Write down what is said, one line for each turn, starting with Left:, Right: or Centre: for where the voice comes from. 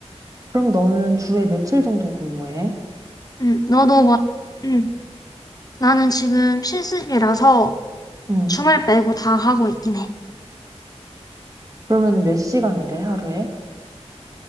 Right: 그럼 너는 주에 며칠 정도 근무해?
Left: 음, 너도 막, 음, 나는 지금 실습이라서
Right: 응.
Left: 주말 빼고 다 하고 있긴 해.
Right: 그러면 몇 시간 일해, 하루에?